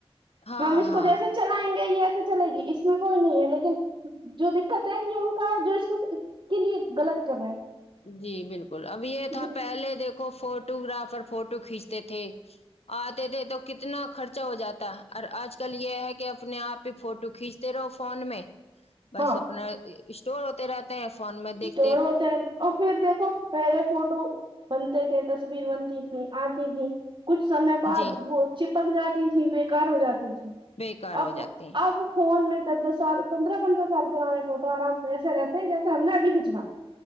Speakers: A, on the left; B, on the right.
A: ہاں
B: ہم اس
A: ہاں
B: کو جیسے چلائیں گے یہ بھی چلے گی اس میں کوئی نہیں ہے لیکن جو دقت آئیں گی ان کا جو اس کے لیے غلط کر رہا ہے
A: جی بالکل اب یہ تھا
B: جی
A: پہلے دیک کھو فوٹو گرافر فوٹو کھینچتے تھے آتے تھے تو کتنا خرچا ہو جاتا اور آج کل یہ ہے کہ اپنے آپ ہی فوٹو کھینچتے رہو فون میں بس
B: ہاں
A: اپنا اسٹور ہوتے رہتے ہیں فون میں دیکھ
B: اور ہوتے ہیں اور پھر دیکھو پہلے فوٹو بنتے تھے تصویر بنتی تھی آتی تی کچھ سمے بعد
A: جی
B: وہ چپک جاتی تھیں بیکار ہو جاتی تھیں
A: بیکار ہو
B: اب
A: جاتے ہیں
B: اب فون میں دس دس سال پندرہ پندرہ سال پرانے فوٹو آرام سے ایسے رہتے ہیں جیسے کم بھییکچوا